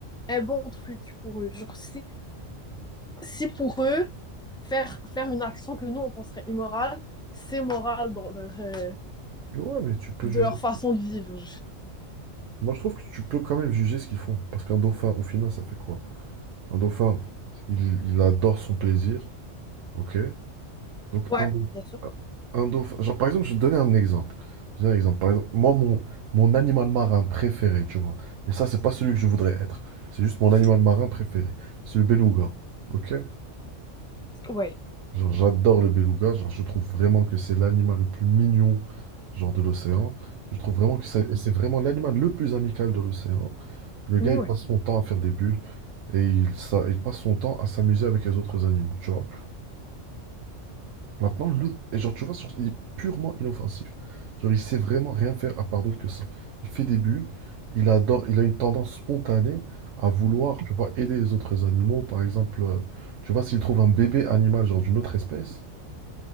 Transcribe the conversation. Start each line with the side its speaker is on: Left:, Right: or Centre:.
Centre: un bon truc pour eux. Genre, si, si pour eux, faire, faire une action que nous, on penserait immorale, c'est moral dans leur, euh,
Right: Ouais, mais tu peux
Centre: de
Right: juger.
Centre: leur façon de vivre.
Right: Moi, je trouve que tu peux quand même juger ce qu'ils font. Parce qu'un dauphin, au final, ça fait quoi? Un dauphin, il, il adore son plaisir. Ok? Donc,
Centre: Ouais,
Right: un, dau-
Centre: bien sûr.
Right: un dauphin. Genre, par exemple, je vais te donner un exemple. Je vais te donner un exemple. Par exemple, moi, mon, mon animal marin préféré, tu vois. Mais ça, c'est pas celui que je voudrais être. C'est juste mon animal marin préféré. C'est le beluga. Ok?
Centre: Ouais.
Right: Genre, j'adore le beluga. Genre, je trouve vraiment que c'est l'animal le plus mignon, genre, de l'océan. Je trouve vraiment que c'est c'est vraiment l'animal le plus amical de l'océan. Le gars,
Centre: Ouais.
Right: il passe son temps à faire des bulles et il, s'a- il passe son temps à s'amuser avec les autres animaux, tu vois. Maintenant, le, et genre, tu vois, sur- il est purement inoffensif. Genre, il sait vraiment rien faire à part d'autre que ça. Il fait des bulles, il adore, il a une tendance spontanée à vouloir, tu vois, aider les autres animaux. Par exemple, euh, tu vois, s'il trouve un bébé animal, genre d'une autre espèce,